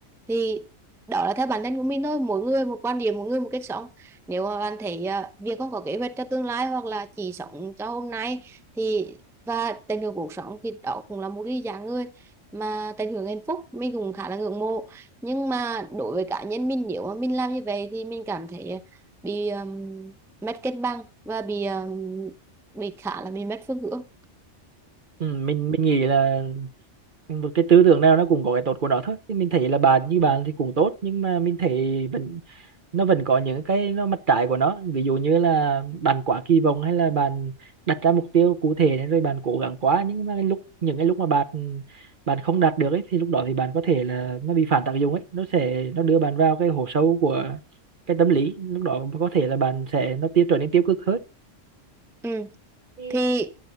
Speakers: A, in the centre; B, on the right.
A: thì đó là theo bản thân của mình thôi mỗi người một quan điểm mỗi người một cách sống nếu mà bạn thấy à, việc không có kế hoạch cho tương lai hoặc là chỉ sống cho hôm nay thì và tận hưởng cuộc sống thì đó cũng là một cái dạng người mà tận hưởng hạnh phúc mình cũng khá là ngưỡng mộ nhưng mà đối với cá nhân mình nếu mà mình làm như vậy thì mình cảm thấy bị um, mất cân bằng và bị um, bị khá là bị mất phương hướng
B: ừ, mình mình nghĩ là một cái tư tưởng nào nó cũng có cái tốt của nó thôi thì mình thấy là bạn như bạn thì cũng tốt nhưng mà mình thấy vẫn nó vẫn có những cái nó mặt trái của nó ví dụ như là bạn quá kỳ vọng hay là bạn đặt ra mục tiêu cụ thể nên rồi bạn cố gắng quá nhưng mà cái lúc những cái lúc mà bạn bạn không đạt được ấy thì lúc đó thì bạn có thể là nó bị phản tác dụng ấy nó sẽ nó đưa bạn vào cái hố sâu của cái tâm lý lúc đó có thể là bạn sẽ nó tiêu trở nên tiêu cực hơn
A: ừ.
B: ừ,
A: thì